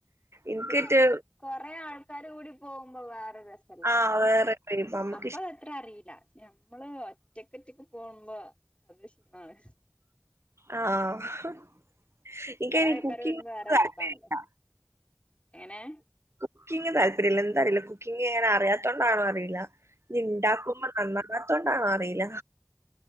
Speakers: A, on the right; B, on the left.
A: ഇൻക്കിറ്റ്
B: പിന്നെ കൊറേ ആൾക്കാര് കൂടി പോവുമ്പൊ വേറൊരു രസല്ലെ
A: ആഹ്
B: അപ്പം
A: വേറെ നമുക്കിഷ്ട
B: അപ്പൊ അത്ര അറീല്ല. ഞമ്മള് ഒറ്റക്ക് ഒറ്റക്ക് പോവമ്പൊ അത് ക്ഷീണാണ്.
A: ആഹ് ഇൻക്കയ്ന്
B: കൊറേ ആൾക്കാര്
A: കുക്കിംഗിനോട്
B: കൂടുമ്പോ വേറെ
A: താത്പര്യല്ല.
B: വൈബാണല്ലോ എങ്ങനെ
A: കുക്കിങ് താല്പര്യല്ല. എന്താറീല്ല കുക്കിംഗ് ഇങ്ങനെ അറിയാത്തോണ്ടാണോ അറിയില്ല ഇഞ് ഇണ്ടാക്കുമ്പ നന്നാവാത്തോണ്ടാണോ അറീല്ല.